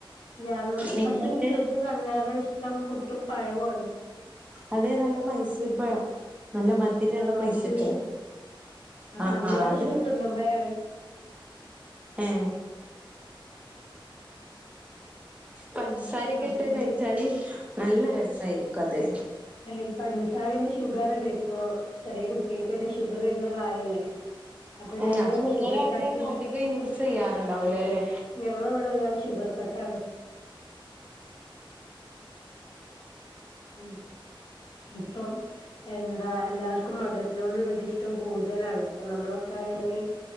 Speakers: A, on the left; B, on the right.
A: ഞങ്ങക്ക്
B: നിങ്ങളുടെ
A: പക്ഷെ എനിക്ക് പുട്ടും കടലേമി ട്ടം പുട്ടും പഴവുആണ്
B: അത് നല്ല മൈസൂർ പഴം നല്ല മതിരള്ള
A: മൈസൂര്
B: മൈസട്ടാ ആ
A: അതിലേറെ
B: ആ അത്
A: ഇഷ്ടം കുന്നമ്പായാണ്
B: ഏ പഞ്ചസാരയൊക്കെ
A: അപ്പൊ
B: ഇട്ട് കഴിച്ചാല് നല്ല രസായിരിക്കും അത്
A: എ പഞ്ചസാരന്റെ ഷുഗർല്ലേ ഇപ്പൊ ചെറിയ കുട്ടികൾക്കരെ ഷുഗർ വരുന്ന കാലല്ലേ അപ്പോ
B: ഏഹ്
A: ഞാൻ
B: അപ്പൊ നിങ്ങളവിടെയൊന്നും
A: ഷുഗർ കട്ടിങ്
B: അധികം യൂസ് ചെയ്യാറുണ്ടാവൂലല്ലേ?
A: ഞങ്ങൾ ഇവിടെ എല്ലാരും ഷുഗർ കട്ടാണ് ഉ ഇപ്പം എന്താ എല്ലാർക്കും മധുരത്തിനോടുള്ളത് ഇഷ്ടം കൂടുതലാണ് ഇപ്പൊ നമ്മളൊക്കെ ആയാല്